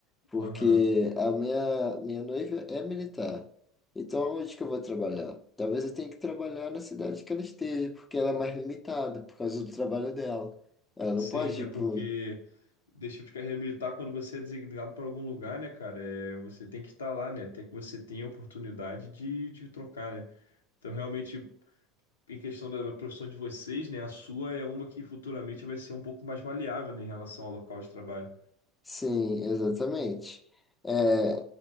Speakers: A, on the left (about 15°); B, on the left (about 85°).
A: Porque
B: Aham.
A: a minha, minha noiva é militar. Então, onde que eu vou trabalhar? Talvez eu tenha que trabalhar na cidade que ela esteja, porque ela é mais limitada por causa do trabalho dela. Ela não
B: Sim,
A: pode
B: né,
A: ir
B: porque
A: para um
B: deixa de carreira militar quando você é designado para algum lugar, né, cara? É, você tem que estar lá, né? Até que você tenha a oportunidade de, de trocar, né? Então, realmente, em questão da da profissão de vocês, né? A sua é uma que futuramente vai ser um pouco mais maleável, né, em relação ao local de trabalho.
A: Sim, exatamente. É,